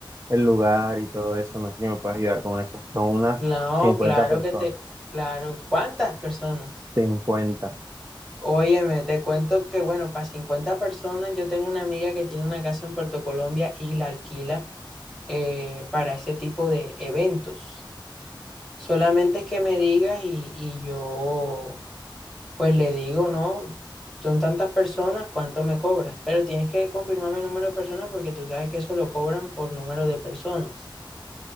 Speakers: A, on the right; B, in the centre.
A: el lugar y todo eso. No sé si me puedes ayudar con eso. Son unas
B: no,
A: cincuenta
B: claro
A: personas.
B: que te, claro. ¿Cuántas personas?
A: cincuenta
B: Óyeme, te cuento que, bueno, para 50 personas, yo tengo una amiga que tiene una casa en Puerto Colombia y la alquila. eh, para ese tipo de eventos. Solamente que me digas y, y yo pues le digo, no, son tantas personas, ¿cuánto me cobras? Pero tienes que confirmarme el número de personas porque tú sabes que eso lo cobran por número de personas.